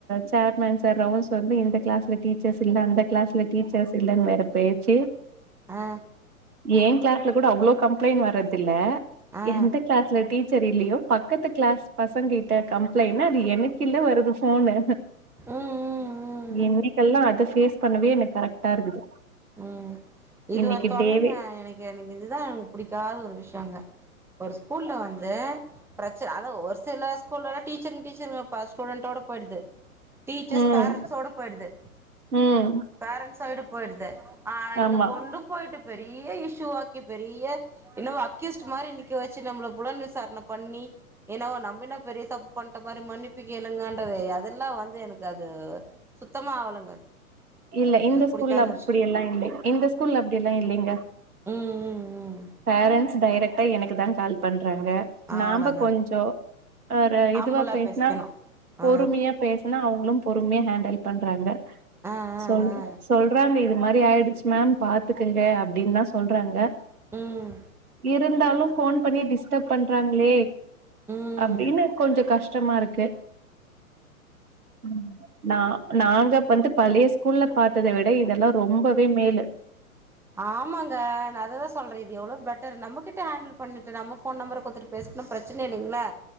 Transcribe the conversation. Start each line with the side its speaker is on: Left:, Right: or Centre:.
Right: சேர்மேன் சார் ரவுன்ஸ் வந்து இந்த கிளாஸ்ல டீச்சர்ஸ் இல்ல அந்த கிளாஸ்ல டீச்சர்ஸ் இல்லன் வேற பேச்சி
Centre: ஆ
Right: ஏன் கிளாஸ்ல கூட அவ்ளோ கம்ப்ளைன் வரதில்ல
Centre: ஆ
Right: எந்த கிளாஸ்ல டீச்சர் இல்லயோ பக்கத்து கிளாஸ் பசங் கிட்ட கம்ப்ளைன்னு அது எனக்கில்ல வருது ஃபோனு
Centre: ம் ம் ம்
Right: இன்னைக்கல்லா அத பேஸ் பண்ணவே எனக் கரெக்டா இருக்குது
Centre: ம் இது
Right: இன்னைக்கு
Centre: ஒரு தொல்லைங்க
Right: டேவே
Centre: எனக் எனக்கு இதுதான் புடிக்காத ஒரு விஷயங்க ஒரு ஸ்கூல்ல வந்து ப்ரெச்ச அதா ஒரு சில ஸ்கூல்லலா டீச்சருங்க டீச்சருங்க ப ஸ்டூடண்டோட பேயிடுது டீச்சர்ஸ்
Right: ம்
Centre: பேரண்ஸ்சோட போயிடுது
Right: ம்
Centre: பேரண்ஸ்ச விட போயிடுது ஆனா
Right: ஆமா
Centre: இத கொண்டு போயிட்டு பெரிய இஷ்ஷூவாக்கி பெரிய என்னவோ அக்யூஸ்ட் மாரி நிக்க வச்சு நம்மள புலன் விசாரண பண்ணி என்னவோ நம்ப என்ன பெரிய தப்பு பண்ணிட்ட மாரி மன்னிப்பு கேளுங்கன்றது அதெல்லா வந்து எனக்கு அது சுத்தமா ஆவளங்க அது
Right: இல்ல இந்த ஸ்கூல்ல
Centre: புடிக்காத
Right: அப்டியல்லா
Centre: விஷய
Right: இல்ல இந்த ஸ்கூல்ல அப்டியல்லா இல்லங்க
Centre: ம் ம் ம்
Right: பேரன்ட்ஸ் டைரெக்ட்டா எனக்கு தா கால் பண்றாங்க
Centre: அவ்ளோதா
Right: நாம்ப கொஞ்சோ அர
Centre: ஹம்புளா
Right: இதுவா பேசுனா
Centre: பேசிக்கணு
Right: பொருமையா
Centre: ஆ
Right: பேச னா அவங்களு பொருமையா ஹேண்டல் பண்றாங்க
Centre: ஆ ஆ
Right: சொல்
Centre: ஆ
Right: சொல்றாங்க இது மாரி ஆயிடுச்சு மேம் பாத்துக்குங்க அப்டின்தா சொல்றாங்க
Centre: ம்
Right: இருந்தாலு ஃபோன் பண்ணி டிஸ்டப் பண்றாங்களே
Centre: ம்
Right: அப்டின்னு
Centre: ம்
Right: கொஞ்சோ கஷ்டமா இருக்கு ம் நா நாங்க வந்து பழைய ஸ்கூல்ல பாத்தத விட இதெல்லா ரொம்பவே மேலு
Centre: ஆமாங்க நா அததா சொல்றே இது எவ்ளோ பெட்டர் நம்ம கிட்ட ஹேண்டில் பண்ணிட்டு நம்ம ஃபோன் நம்பர குடுத்துட்டு பேசுனா ப்ரெச்சன இல்லங்களா